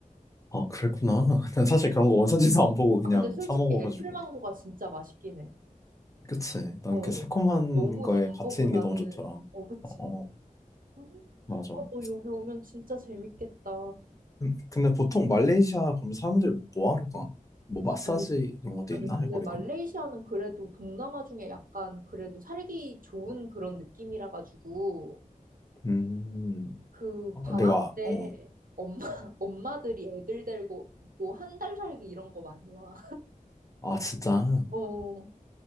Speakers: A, on the left (about 25°); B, on the right (about 75°).
A: 아, 그랬구나. <laughs> 난 사실 그런 거 원산지도 안 보고 그냥
B: 아, 근데 솔직히
A: 사 먹어가지고.
B: 애플망고가 진짜 맛있긴 해.
A: 그치. 난
B: 어.
A: 그 새콤한
B: 너무
A: 거에
B: 단
A: 같이
B: 거보다는,
A: 있는 게 너무 좋더라.
B: 어, 그치.
A: 어, 어.
B: 음,
A: 맞아.
B: 아, 너 여기 오면 진짜 재밌겠다.
A: 근- 근데 보통 말레이시아 그럼 사람들 뭐 하러 가? 뭐 마사지
B: 아니,
A: 이런 것도
B: 아니,
A: 있나?
B: 근데
A: 거기도?
B: 말레이시아는 그래도 동남아 중에 약간 그래도 살기 좋은 그런 느낌이라 가지고,
A: 음,
B: 그
A: 어,
B: 방학
A: 내가,
B: 때
A: 어,
B: 엄마, <laughs> 엄마들이 애들 데리고 한 달 살기 이런 거 많이 와.
A: 아, 진짜.
B: 어,